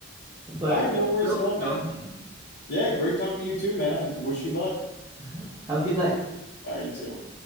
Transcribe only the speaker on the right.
But
really
good
talking to you.
All right. Have a good night.